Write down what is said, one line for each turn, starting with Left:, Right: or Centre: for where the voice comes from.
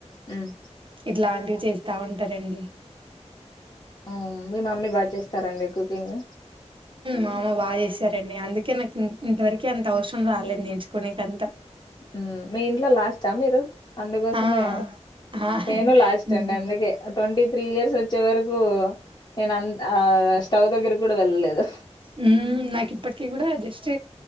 Left: మ్మ్
Right: ఇట్లాంటివి చేసి తా ఉంటారండి
Left: ఆ మీ మమ్మీ బగా చేస్తారండి కుకింగ్
Right: మామ బాగా చేశారండి అందుకే నాకు ఇం ఇంతవరకే అంత అవసరం రాలేదు ఎంచుకోనేకంత
Left: ఉ మీ ఇంట్లో లాస్ట్ ఆ మీరు అందుకోసమే
Right: ఆ ఆ
Left: నేను లాస్ట్
Right: నేను
Left: అండి అందుకే ట్వంటీ త్రీ ఇయర్స్ వచ్చే వరకు నేను అంతు ఆ స్టవ్ దగ్గర కూడా వెళ్ళలేదు
Right: హుమ్ నాకు ఇప్పటికి గూడ జస్ట్